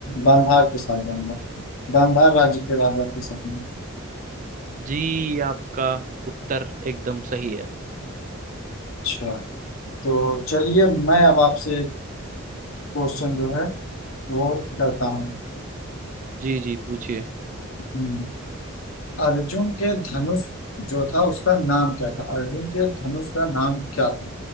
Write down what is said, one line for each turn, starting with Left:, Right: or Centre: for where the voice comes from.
Left: गांधार के साथ जाऊंगा गांधार राज्य के राजा के साथ में।
Right: जी आपका उत्तर एकदम सही है
Left: अच्छा तो चलिए मैं अब आपसे एक क्वेश्चन जो है वो करता हूँ
Right: जी जी पूछिए
Left: हम्म, अर्जुन के धनुष जो था उसका नाम क्या था अर्जुन के धनुष का नाम क्या था